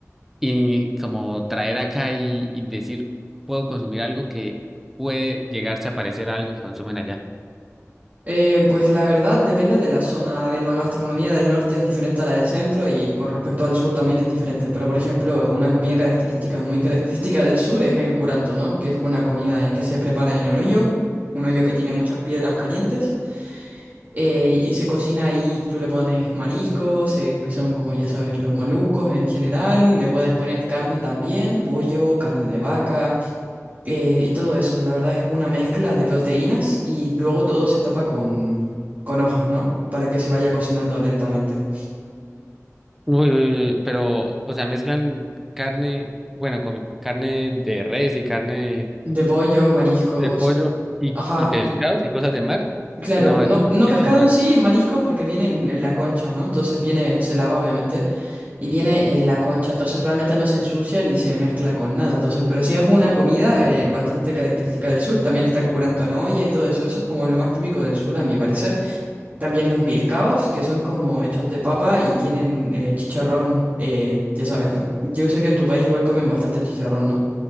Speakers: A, in the centre; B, on the right.
A: y como traer acá y, y decir, puedo consumir algo que puede llegarse a parecer a algo que consumen allá.
B: Eh, pues la verdad depende de la zona. A ver, la gastronomía del norte es diferente a la del centro y con respecto al sur también es diferente. Pero por ejemplo, una comida característica, muy característica del sur es el curanto, ¿no? Que es una comida eh, que se prepara en un hoyo, un hoyo que tiene muchas piedras calientes eh, y se cocina ahí. Tú le pones mariscos, eh, que son como ya sabes, los moluscos en general. Le puedes poner carne también, pollo, carne de vaca. Eh, y todo eso, la verdad es una mezcla de proteínas y luego todo se tapa con, con hojas, ¿no? Para que se vaya cocinando lentamente.
A: Uy, uy, uy, pero, o sea, mezclan carne, bueno, con carne de res y carne
B: De pollo, mariscos,
A: de, de pollo y,
B: ajá,
A: y pescados
B: y
A: y cosas de mar.
B: claro,
A: No,
B: no,
A: eso,
B: no
A: eso
B: pescado
A: jamás.
B: en sí, marisco porque viene en, en la concha, ¿no? Entonces viene, se lava obviamente, y viene en la concha, entonces realmente no se ensucia ni se mezcla con nada, entonces, pero sí es una comida eh, bastante característica del sur, también está el curanto en olla y todo eso, eso es como lo más típico del sur a mi parecer. También los milcaos, que son como hechos de papa y tienen eh, chicharrón, eh, ya sabes, ¿no? Yo sé que en tu país igual comen bastante chicharrón, ¿no?